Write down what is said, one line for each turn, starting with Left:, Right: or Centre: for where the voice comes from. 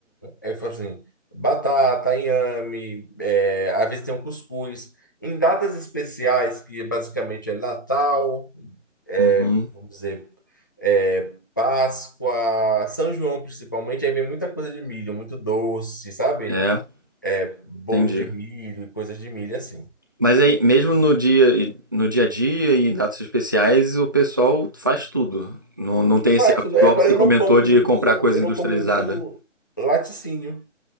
Left: é fala assim, batata, inhame, é, às vezes tem um cuscuz. Em datas especiais, que é basicamente é Natal, é,
Right: Uhum.
Left: vamos dizer, é, Páscoa, São João principalmente, aí vem muita coisa de milho, muito doce, sabe?
Right: É,
Left: É, Bolo
Right: entendi.
Left: de milho e coisas de milho, assim.
Right: Mas aí, mesmo no dia, no dia a dia e em datas especiais, o pessoal faz tudo. Não, não tem
Left: Faz
Right: esse hábito,
Left: tudo.
Right: igual
Left: Aí agora
Right: você
Left: eu
Right: comentou,
Left: não como
Right: de
Left: muito,
Right: comprar coisa
Left: eu
Right: industrializada.
Left: não como muito laticínio.